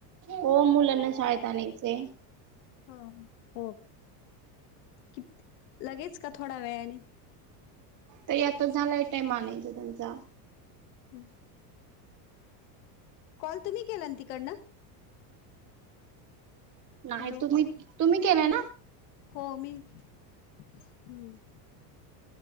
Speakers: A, on the right; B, on the left.
A: हो मुलांना शाळेत आणायचं.
B: ह हो् क लगेच का थोडा वेळाने
A: तर आता झालाय टामानायच त्यांचा
B: हम्म. कॉल तुम्ही केला तिकडनं
A: नाही
B: हॅलो
A: तुम्ही तुम्ही केलंय ना.
B: हो मी हम्म.